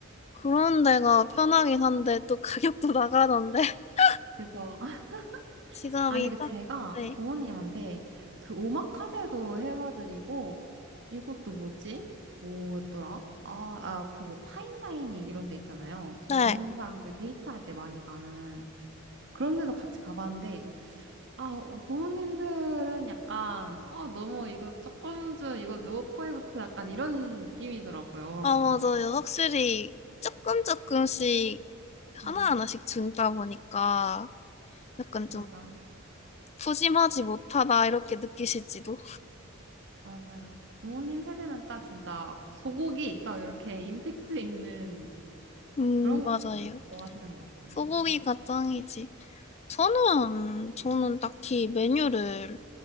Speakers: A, on the left; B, on the right.
A: 그런 데가 편하긴 한데 또 가격도 <laughs> 나가던데 <laughs>
B: 그래서, <laughs>
A: 지금
B: 아니,
A: 이
B: 그 제가
A: 딱, 네.
B: 부모님한테 그 오마카세도 해봐드리고, 그리고 또 뭐지? 뭐였더라? 아, 아, 그 뭐지? 파인다이닝 이런 데 있잖아요. 젊은
A: 네.
B: 사람들 데이트할 때 많이 가는 그런 데도 같이 가봤는데, 아, 어, 부모님들은 약간, 어, 너무 이거 조금 줘, 이거 누구 코에 붙어, 약간 이런 느낌이더라고요.
A: 아, 맞아요. 확실히 조금 조금씩 하나하나씩
B: 응,
A: 준다 보니까 약간
B: 맞아.
A: 좀 푸짐하지 못하다 이렇게 느끼실지도.
B: 맞아. 그래서 부모님 세대는 딱 진짜 소고기, 딱 이렇게 임팩트 있는
A: 음,
B: 그런
A: 맞아요.
B: 걸 좀 좋아하시는 것 같아.
A: 소고기가
B: 응.
A: 짱이지. 저는, 저는 딱히 메뉴를,